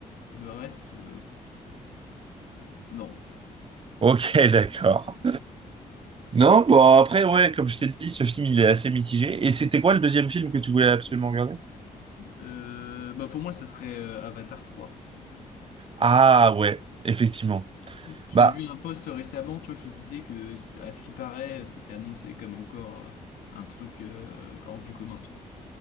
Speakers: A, on the left; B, on the right.
A: le reste, euh, non.
B: Ok, <laughs> d'accord. Non, bon après, ouais, comme je t'ai dit, ce film il est assez mitigé. Et c'était quoi le deuxième film que tu voulais absolument regarder?
A: Euh, bah, pour moi, ça serait euh, Avatar trois
B: Ah ouais, effectivement.
A: J'avais
B: Bah
A: vu un post récemment, tu vois, qui disait que, à ce qui paraît, euh, c'était annoncé comme encore euh, un truc euh, hors du commun, tu vois.